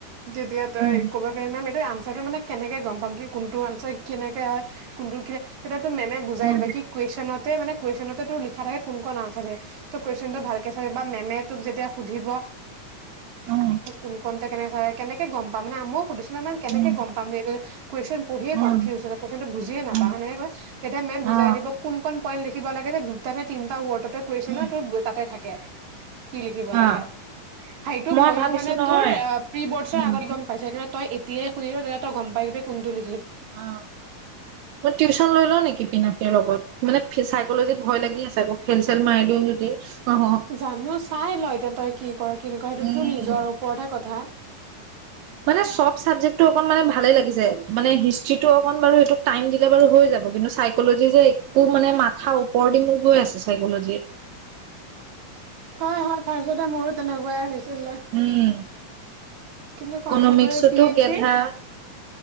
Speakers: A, on the right (about 60°); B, on the right (about 80°).
A: তেতিয়া য তই
B: উম
A: ক'ব <unintelligible> মেম এইটো আনচাৰটো মানে কেনেকে গম পাম কি কোনটো আনচাৰ কেনেকে হয় কোনটো কি তেতিয়াটো মেমে বুজাই
B: উম
A: দিব কি কুৱেশ্যনতে মানে কুৱেশ্যনতেটো লিখা থাকে কোন খন নাথাকে। ত কুৱেশচনটো ভালকে ছবি বা মেমে তোক যেতিয়া সুধিব।
B: উম
A: <unintelligible> কেনেকে গম পাম না মোক। সুধিছিলা নে কেনেকে
B: উম
A: গম পাম, এইটো কুৱেছন পঢ়িয়ে
B: উম
A: কনফিউজ হৈ যায়। কোৱেছনটো বুজিয়ে নাপাওঁ
B: উম
A: সেনেকে কয়। তেতিয়া মেম
B: অ
A: যাই দিব? কোন খন পইণ্ট লি কিব লাগে যে দুটা নে তিনটা ৱৰ্ডত তই কুৱেচন
B: উম
A: না তোৰ তাতে থাকে। কি লিখিব লাগে
B: অ
A: সেইটো
B: মই
A: ময়ো
B: ভাবিছো
A: মানে
B: নহয়
A: তোৰ প্ৰি বৰ্ডছৰ
B: উম
A: আগত গম পাইছো কিন্তু তই দিয়ে সুয়ে দ তই গম পাইযাবি দে কোনটো ল
B: অ তই টিউচন লৈ ল নেকি? পিনাকীৰ লগত মানে চাইকলজিত ভয় লাগি আছে আকৌ খেল চেল মাৰি দিও যদি। অহ
A: জানো চাই ল এ তাত তই কি কি কৰ কি নকৰ সেইটো
B: উম
A: তোৰ নিজৰ ওপৰতহে কথা
B: মানে চব চাবজেক্টটো অকন মানে ভালে লাগিছে মানে হিষ্ট্ৰিটো অকন বাৰু এইোক টাইম দিলে বাৰু হৈ যাব কিন্তু চাইকলজি যে একো মানে মাথা ওপৰ দি মোৰ গৈ আছে চাইকলজি
A: হয় হয় ফাৰ্ষ্ট তে মোৰো তেনেকুৱাই হৈছে
B: উম
A: কিন্তু
B: ইকনমিক্সতো
A: কঞ্চেপ বোৰ পি এচ
B: গেধা
A: চি